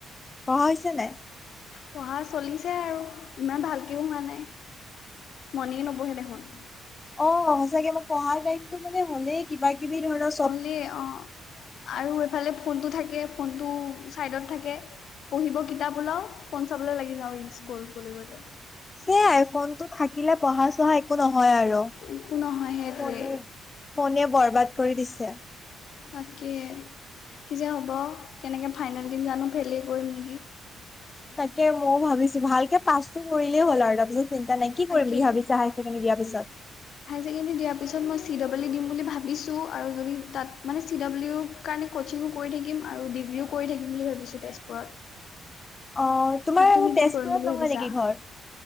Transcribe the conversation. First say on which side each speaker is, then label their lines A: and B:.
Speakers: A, on the left; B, on the left.
A: পঢ়া হৈছে নাই?
B: পঢ়া চলিছে আৰু ইমান ভালকেও হোৱা নাই, মনে নবহে দেখোন।
A: অঁ সচাকে মই পঢ়াৰ টাইমতটো মানে হলেই কিবা কিবি ধৰক
B: অলি অঁ আৰু এফালে ফোনটো থাকে ফোনটো চাইডত থাকে। পঢ়িব কিতাপ উলাও, ফোন চাবলে লাগি যাওঁ ৰিলচ স্কৰ্ল কৰিবলে।
A: হে আইফোনটো থাকিলে পঢ়া চহা এক একো নহয় আৰু,
B: একো নহয় সেইটোৱে
A: ফোনে ফোনে বৰবাদ কৰি দিছে।
B: তাকে কি যে হ'ব কেনেকে ফাইনেল দিম জানো ফেইলেই কৰিম নেকি।
A: তাকেই মইও ভাবিছো ভালকে পাছটো কৰিলেই হ'ল আৰু তাৰ চিন্তা নাই কি
B: তাকে
A: কৰিম বুলি ভাবিছা হায়াৰ ছেকেণ্ডাৰী দিয়াৰ পিছত?
B: হায়াৰ ছেকেণ্ডেৰী দিয়াৰ পিছত মই চি ডাব্লিউ দিম বুলি ভাবিছোঁ আৰু যদি তাত মানে চি ডাব্লিউ কাৰণে ক'চিঙো কৰি থাকিম আৰু ডিগ্ৰীও কৰি থাকিম বুলি ভাবিছোঁ তেজপুৰত।
A: অঁ তোমাৰ
B: তুমি
A: তেজপুৰত
B: কি কৰিম বুলি
A: নহয়
B: ভাবিছা?
A: নেকি ঘৰ?